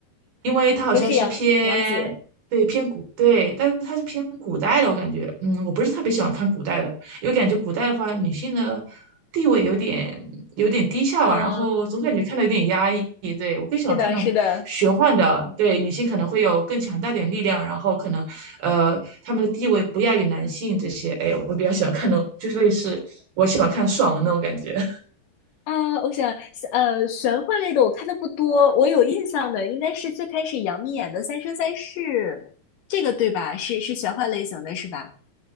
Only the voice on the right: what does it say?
因为它好像是偏对偏古对，
但是它是偏古代的，我感觉，嗯，我不是特别喜欢看古代的，因为感觉古代的话，女性的地位有点有点低下吧，
然后总感觉看的有点压抑。对，我更喜欢看那种玄幻的，
对，女性可能会有更强大点力量，然后可能呃她们的地位不亚于男性这些。哎，我比较喜欢看那种，就是类似我喜欢看爽文那种感觉。<laughs>